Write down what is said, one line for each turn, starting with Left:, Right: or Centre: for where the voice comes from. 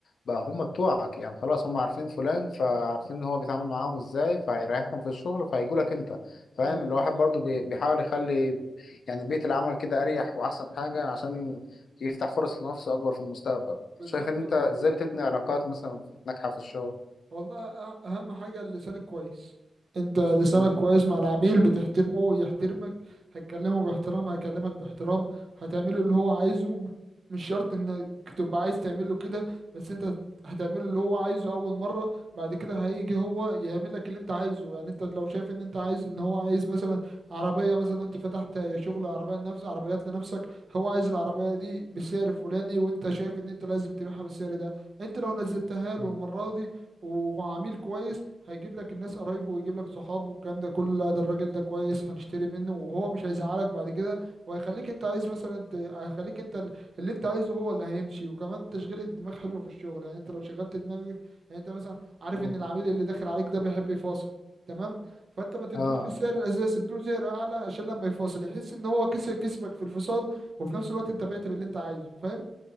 Left: بقى هم بتوعك يعني خلاص هم عارفين فلان فعارفين ان هو بيتعامل معاهم ازاي فهيريحهم في الشغل فهيجوا لك انت فاهم
Right: أيوه
Left: الواحد
Right: بالظبط
Left: برضو بي- بيحاول يخلي يعني بيئة العمل كده اريح واحسن حاجة عشان يفتح فرص لنفسه اكبر في المستقبل
Right: بالظبط
Left: شايف ان انت ازاي بتبني علاقات مثلا ناجحة في الشغل
Right: والله أه- اهم حاجة لسانك كويس انت لسانك
Left: مم.
Right: كويس مع العميل بتحترمه ويحترمك هتكلمه باحترام هيكلمك باحترام هتعمله اللي هو عايزه مش شرط انك تبقى عايز تعمله كده بس انت هت- هتعمله اللي هو عايزه اول مرة بعد كده هيجي هو يعمل لك اللي انت عايزه يعني انت لو شايف ان انت عايز ان هو عايز مثلا عربية مثلا انت فتحت شغل عربية لنفس عربيات لنفسك هو عايز العربية دي بالسعر الفلاني وانت شايف ان انت لازم تبيعها بالسعر ده انت لو نزلتها له
Left: مم.
Right: المرة دي وعميل كويس هيجيب لك الناس قرايبه ويجيب لك صحابه والكلام ده كله لا ده الراجل ده كويس هنشتري منه وهو مش هيزعلك بعد كده وهيخليك انت عايز مثلا ت- هيخليك انت ال- اللي انت عايزه هو اللي هيمشي وكمان تشغيل الدماغ حلو في الشغل يعني انت لو شغلت دماغك يعني انت مثلا عارف
Left: مم.
Right: ان العميل اللي داخل عليك ده بيحب يفاصل تمام فانت ما تدلوش
Left: اه
Right: السعر الاساسي اديله سعر اعلى عشان لما يفاصل يحس ان هو كسب كسبك في الفصال وفي نفس الوقت انت بعت باللي انت عايزه فاهم